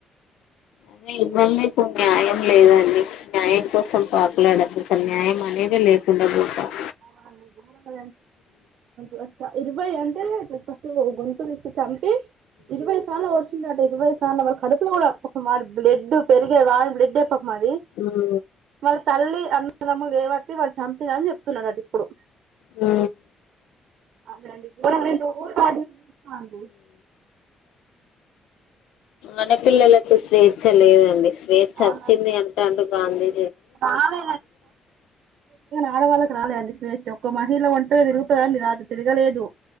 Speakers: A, on the left; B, on the right.
A: అదే ఇవాళ రేపు న్యాయం లేదండి న్యాయం కోసం పాకులాడదు అసలు న్యాయం అనేది లేకుండా పోతుంది
B: అవునా ఘోరంగా చంపి ఇరవై అంటే ఇట్ల గోరంగా చంపి ఇరవై సార్లు పొడొచ్చిందంట ఇరవై సార్లు వాళ్ళ కడుపులో కూడా ఒ బ్లడ్ పెరిగే వాడి బ్లడ్ ఎ మది
A: ఉమ్
B: వాళ్ళ తల్లి అన్నదమ్ము లేవాట్టి వాళ్లు చంపినని చెప్త వస్తున్నదట ఇప్పుడు
A: ఉ
B: అదేండి నువ్వు సాధిస్తున్నావా
A: ఆడపిల్లలకు స్వేచ్ఛ లేదండి స్వేచ్ఛ
B: అవునండి
A: వచ్చింది అంట అంటూ గాంధీ
B: కానీ ఆడవాళ్ళకి రాలేదండి స్వేచ ఒక మహిళ ఒంటగా తిరుగుతదండి రాత్రి తిరగలేదు